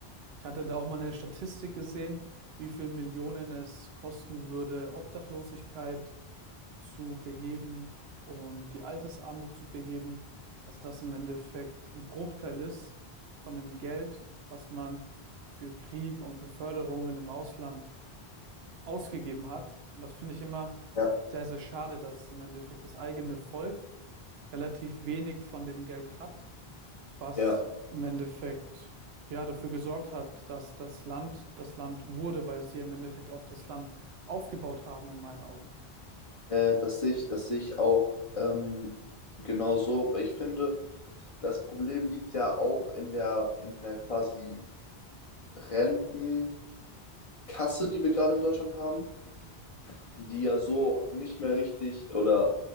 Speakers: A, on the right; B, on the left.
A: Ich hatte da auch mal eine Statistik gesehen, wie viel Millionen es kosten würde, Obdachlosigkeit zu beheben und die Altersarmut zu beheben, dass das im Endeffekt ein Bruchteil ist von dem Geld, was man für Krieg und für Förderungen im Ausland ausgegeben hat. Und das finde ich immer
B: ja,
A: sehr, sehr schade, dass im Endeffekt das eigene Volk relativ wenig von dem Geld hat, was
B: ja.
A: im Endeffekt ja dafür gesorgt hat, dass das Land das Land wurde, weil sie im Endeffekt auch das Land aufgebaut haben, in meinen Augen.
B: Äh, das sehe ich, das sehe ich auch ähm, genau so, weil ich finde, das Problem liegt ja auch in der, in der quasi Rentenkasse, die wir gerade in Deutschland haben, die ja so nicht mehr richtig oder